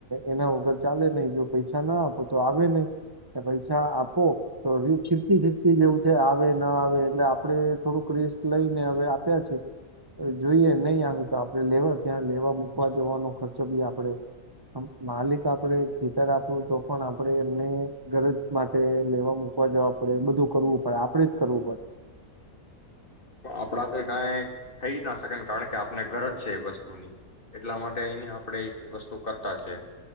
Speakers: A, on the right (about 20°); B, on the left (about 35°).
A: એના વગર ચાલે નઈ, જો પૈસા ના આપો તો આવે નઈ ને પૈસા આપ પો ફીફતી ફીફતી જેવું છે આવે ના આવે, એટલે આપડ થોડુંક રિસ્ક લઈને હવે આપ્યા છે, જોઈએ નહીં આવે તો આપડે લેવા ત્યાં લેવા મૂકવા જવાનો ખર્ચો બી આપડે, માલિક આપડે ખેતર આપડુ તો પણ આપડે એમને ગરજ માટે તે લેવા મુકવા જવા પડે, બધું કરવું પડે, આપડે જ કરવું પડે.
B: પણ આપણા એટલે કાઈ થઈ ન શકે ને. કારણ કે આપને ગરજ છે એ વસ્તુની, એટલા માટે એની આપણે એક વસ્તુ કરતા જાય.